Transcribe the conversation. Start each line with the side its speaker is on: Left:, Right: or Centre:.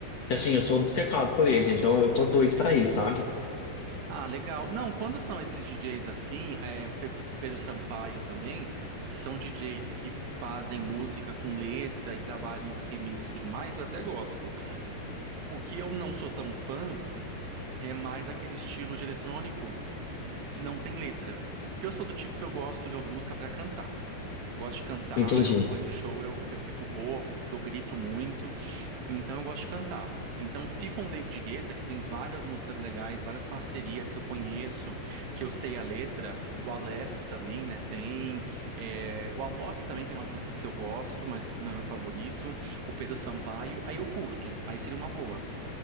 Left: E, Assim, eu sou obcecado por ele, então eu tô doido pra ir, sabe?
Right: Ah, legal. Não, quando são esses DJs assim, é, o Pedro Pedro Sampaio também, que são DJs que fazem música com letra e trabalham uns remixes e tudo mais, eu até gosto. O que eu não sou tão fã é mais aquele estilo de eletrônico que não tem letra. Porque eu sou do tipo que eu gosto de ouvir música para cantar. Gosto de cantar,
Left: Entendi.
Right: eu vou em show, eu, eu fico rouco, porque eu grito muito. Então eu gosto de cantar. Então, se for um David Guetta, que tem várias músicas legais, várias parcerias que eu conheço, que eu sei a letra, o Alesso também, né? Tem. é, o Alok também tem umas músicas que eu gosto, mas não é meu favorito. O Pedro Sampaio, aí eu curto, aí seria uma boa.